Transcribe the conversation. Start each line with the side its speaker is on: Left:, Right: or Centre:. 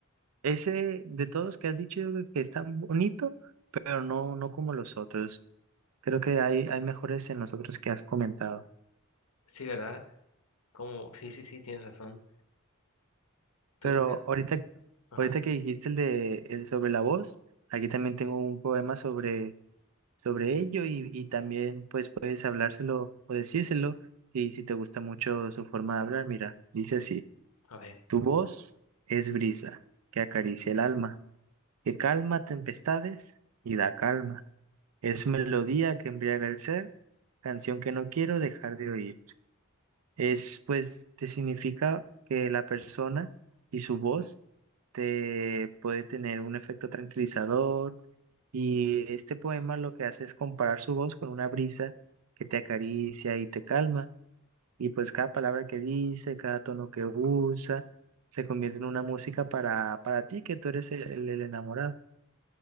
Right: Ese de todos que has dicho yo creo que es tan bonito, pero no, no como los otros. Creo que hay, hay mejores en los otros que has comentado.
Left: Sí, ¿verdad? Como, sí, sí, sí, tienes razón. Tú
Right: Pero
Left: tendrás...
Right: ahorita,
Left: Ajá,
Right: ahorita que dijiste el de el sobre la voz, aquí también tengo un poema sobre, sobre ello y, y también pues puedes hablárselo o decírselo y si te gusta mucho su forma de hablar, mira, dice así,
Left: a ver.
Right: tu voz es brisa que acaricia el alma, que calma tempestades y da calma. Es melodía que embriaga el ser, canción que no quiero dejar de oír. es pues te significa que la persona y su voz te puede tener un efecto tranquilizador y este poema lo que hace es comparar su voz con una brisa que te acaricia y te calma y pues cada palabra que dice, cada tono que usa se convierte en una música para, para ti que tú eres el, el enamorado.